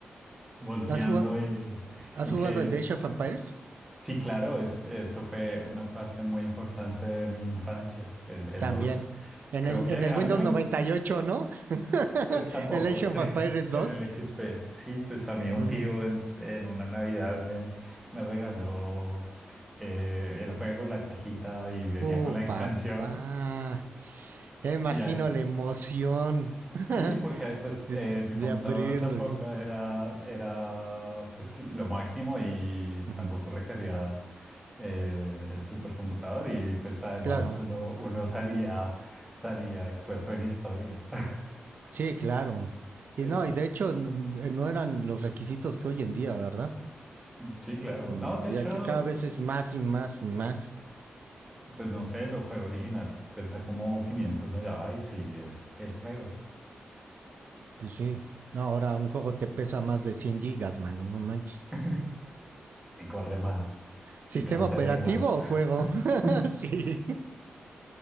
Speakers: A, in the centre; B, on the right.
A: volteando
B: ¿Has jugado,
A: y,
B: ¿has
A: y
B: jugado
A: que
B: el Dash of Empires?
A: sí, claro, es, eso fue una parte muy importante de mi infancia, el, el
B: También.
A: dos
B: En
A: Creo
B: el,
A: que
B: en el
A: a
B: Windows
A: mí me
B: 98,
A: gustó.
B: ¿no? <laughs>
A: Pues tampoco,
B: el Age of Empires
A: <laughs>
B: dos
A: en el X P Sí, pues a mí un
B: Mm.
A: tío en, en una Navidad me, me regaló eh, el juego, la cajita y venía
B: Oh,
A: con la expansión.
B: papá. Ya me imagino
A: Y ahí,
B: la emoción <laughs>
A: sí, porque pues
B: de,
A: eh, mi
B: de
A: computador
B: abrirlo.
A: tampoco
B: Uh
A: era, era pues lo máximo y
B: -huh.
A: tampoco requería eh, el supercomputador y pues además
B: Claro.
A: uno, uno salía, salía experto en historia. <laughs>
B: Sí, claro. Y
A: Eh,
B: no, y de hecho n- no eran los requisitos que hoy en día, ¿verdad?
A: Sí, claro.
B: Mm,
A: No, de
B: Ya
A: hecho,
B: que cada vez es más y más y más.
A: Pues no sé, el juego original pesa como 500 megabytes y es el juego.
B: Pues sí. No, ahora un juego te pesa más de 100 gigas, mano, no manches.
A: <laughs> Y corre mal.
B: ¿Sistema
A: Y todo se
B: operativo
A: ve igual.
B: o juego?
A: <laughs>
B: <laughs> Sí.